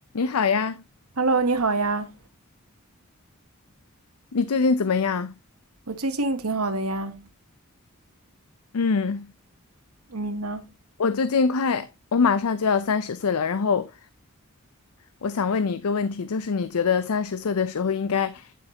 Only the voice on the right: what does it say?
Hello，你好呀，
我最近挺好的呀，
你呢？